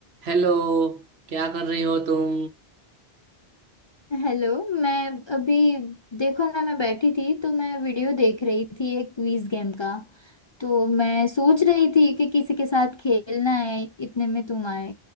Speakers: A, on the right; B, on the left.
A: Hello क्या कर रही हो तुम
B: Hello मैं अभी देखो ना मैं बैठी थी तो मैं वीडियो देख रही थी एक क्विज गेम का तो मैं सोच रही थी कि किसी के साथ खेलना है इतने में तुम आए